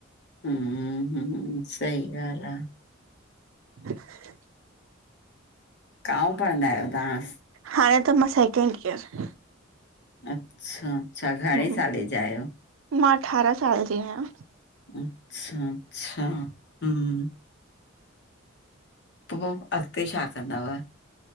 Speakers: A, on the left (about 55°); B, on the right (about 85°).
A: हम्म -हम्म, सही ॻाल्हि आ
B: <inaudible>
A: कांओं पढ़ंदा आहियो तहां?
B: हाणें त मां सेकेंड ईयर
A: अच्छा- अच्छा, घणें
B: हम्म
A: साले जा आहियो?
B: मां अठारहां साल जी आहियां।
A: अच्छा- अच्छा, हम्म पो, अॻिते छा कंदव?